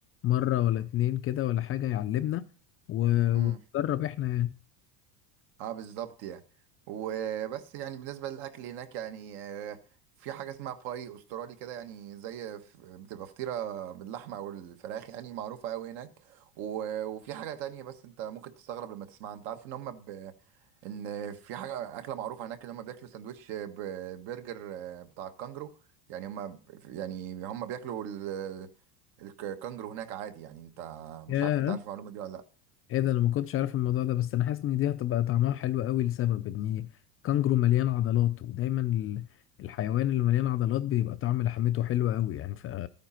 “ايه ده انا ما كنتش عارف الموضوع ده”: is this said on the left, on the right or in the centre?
Left